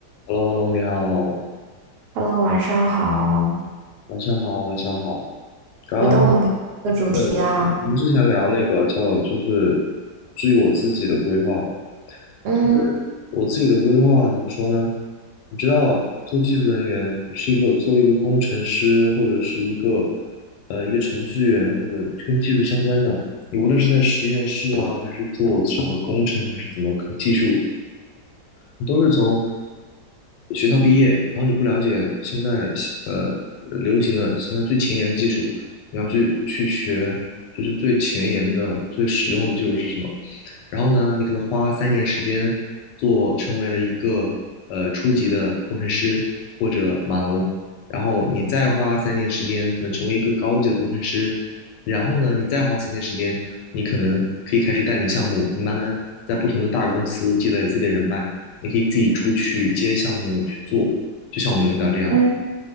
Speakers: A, on the left; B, on the right.
A: h e l l o h e l l o 你好，
B: Hello，晚上好。
A: 晚上好，晚上好。刚刚
B: 回到我们刚才的主题啊，
A: 对，我们之前聊那个叫就是至于我自己的规划嘛，
B: 嗯，
A: 就是我自己的规划怎么说呢？你知道，做技术人员，你是一个做一个工程师或者是一个呃一个程序员或者跟技术相关的，你无论是在实验室啊，还是做什么工程，还是怎么科技术，你都是从学校毕业，然后你不了解现在西呃流行的现在最前沿的技术，你要去去学，就是最前沿的、最实用的技术是什么。然后呢，你可能花三年时间做成为了一个呃初级的工程师或者码农，然后你再花三年时间可能成为一个高级的工程师，然后呢，你再花三年时间，你可能可以开始带领项目，你慢慢在不同的大公司积累自己的人脉。你可以自己出去接项目去做，就像我们领导这样，
B: 嗯，